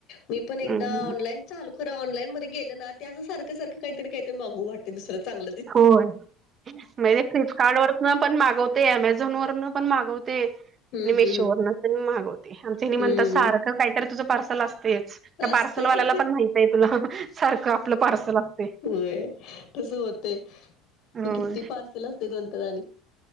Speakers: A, on the left; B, on the right.
A: मी पण एकदा
B: हम्म
A: ऑनलाईन चालू खर ऑनलाईनध्ये गेलं ना ते असं सारख सारखं काहीतरी काहीतरी मागू वाटते दुसरं चांग
B: होय म्हणजे फ्लिपकार्ट वर न पण मागवते ॲमेझॉन वरन पण मागवते आणि
A: हम्म
B: मेशोवर
A: हम्म हम्म
B: न तर मी मागवते आमच म्हणतात
A: हम्म
B: सारखं काहीतरी तुझं पार्सल असतेच त्या
A: असतय
B: पार्सल वाल्याला पण माहित आहे. तुला सारखं आपलं पार्सल असते.
A: होय तस होतय.
B: होय
A: किती पार्सल असतात म्हणतात आणि